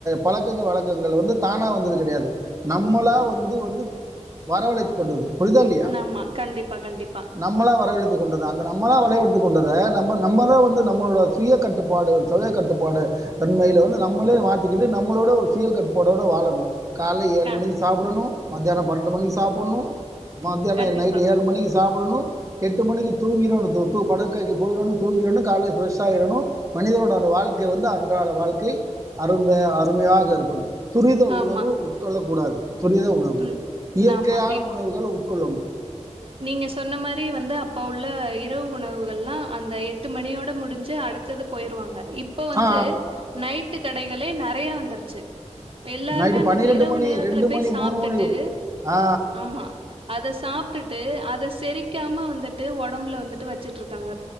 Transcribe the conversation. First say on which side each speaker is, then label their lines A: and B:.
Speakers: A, on the right (about 25°); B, on the right (about 45°).
A: பழக்கங்கள் வழக்கங்கள் வந்து தானா வந்தது கிடையாது நம்மளா வந்து வந்து வரவழைத்து கொண்டது புரிதோ இல்லையா
B: ஆமா. கண்டிப்பா, கண்டிப்பா.
A: நம்மளா வரவழத்து கொண்டதா அந்த நம்மளா வளைவத்து கொண்டத நம் நம்மதான் வந்து நம்மளட சுய கட்டுப்பாடு சுய கட்டுப்பாடு தன்மையில வந்து நம்மளே மாத்திக்கிட்டு நம்ம நம்மளோட ஒரு சுய கட்டு்பாடோடு வாழணும் காலைையில் ஏழு
B: க
A: மணிக்கு சாப்பிடணும் மத்தியானம் பன்னெண்டு மணிக்கு சாப்பிட்ணும் மத்தியானம்
B: கண்டிப்பா.
A: நைட்டு ஏழு மணிக்கு சாப்பிடணும் எட்டு மணிக்கு தூங்கிறோனு தூ தூ படுக்கைக்கு போயிறனு தூங்கிறோனு கால்ல ஃப்ரஸ் ஆயிரனு மனிதரோட அந்த வாழ்க்கை வந்து அன்றாட வாழ்க்கை அருமையா யாக இருக்கும் துரித
B: ஆமா.
A: உணவு உட்கொள்ளக் கூடாது துரித உணவு
B: ம்.
A: இயற்கையான
B: ஆமா. இப்
A: உணவுகள் குல்லனு
B: நீங்க சொன்ன மாரி வந்து அப்ப உள்ள இரவு உணவுகள்ல்லா அந்த எட்டு மணியோட முடிஞ்சு அடுத்தது போயிருவாங்க இப்ப வந்து
A: ஆ
B: நைட்டு கடைகளே நறைய வந்துருச்சு இப்ப எல்லாருமே
A: நைட்டு
B: அந்த இரவு
A: மணி,
B: நேரத்துல போய்
A: மணி,
B: சாப்பிட்டுட்டு
A: மணி. ஆ
B: ஆமா அத சாப் ட்டுட்டு அத செரிக்காம வந்துட்டு ஒடம்புல வந்துட்டு வச்சுட்டு இருக்காங்க